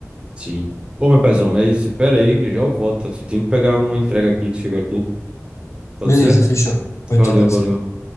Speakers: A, on the right; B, on the left.
A: Sim. Ô, meu paizão, mas espera aí, que já eu volto. tá? Só tenho que pegar uma entrega aqui que chegou aqui. Pode
B: Beleza,
A: ser?
B: fechou. Pode
A: Valeu,
B: ser, pode
A: valeu.
B: ser.